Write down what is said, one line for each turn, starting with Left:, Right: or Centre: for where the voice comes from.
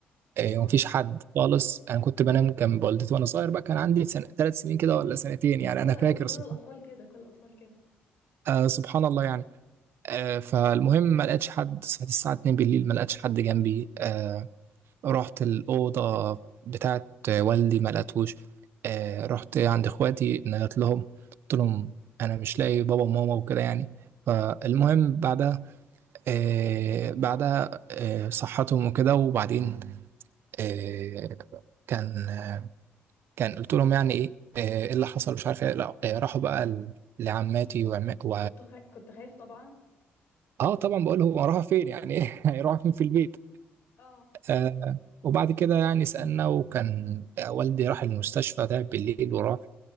Right: آه،
Left: ها
Right: ومفيش حد خالص انا كنت بنام جنب والدتي وانا صغير بقى كان عندي سنة ثلاث سنين كده ولا سنتين يعني
Left: ايوه
Right: انا فاكر
Left: ايوه كل
Right: سب-
Left: الاطفال كده كل الاطفال كده
Right: آه، سبحان الله يعني آه، فالمهم ما لقيتش حد صحيت الساعة 2 بالليل ما لقيتش حد جنبي آه، رحت الأوضة بتاعت والدي ما لقيتهوش آه، رحت عند إخواتي نادت لهم قلت لهم أنا مش لاقي بابا وماما وكده يعني فالمهم بعدها آه، بعدها آه، صحتهم وكده وبعدين آه، كان آه، كان قلت لهم يعني ايه آه، إيه اللي حصل مش عارف ايه لا، آه، راحوا بقى ل- لعماتي وعماتي
Left: كنت خ... كنت خايف طبعا
Right: اه طبعا بقول هو هروح فين يعني <laughs> ايه هيروح فين في البيت
Left: اه
Right: آه وبعد كده يعني سألنا وكان والدي راح المستشفى تعب بالليل وراح